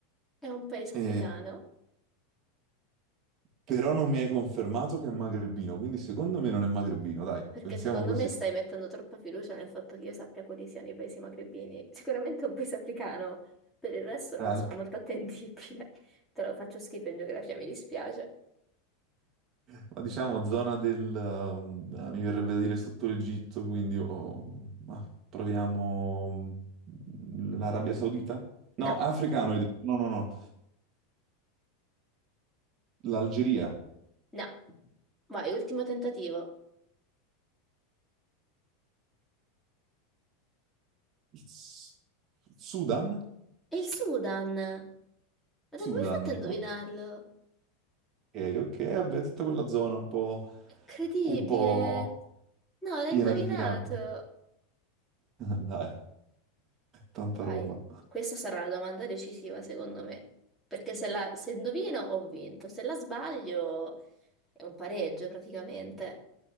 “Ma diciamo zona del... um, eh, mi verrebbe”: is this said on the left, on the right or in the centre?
Right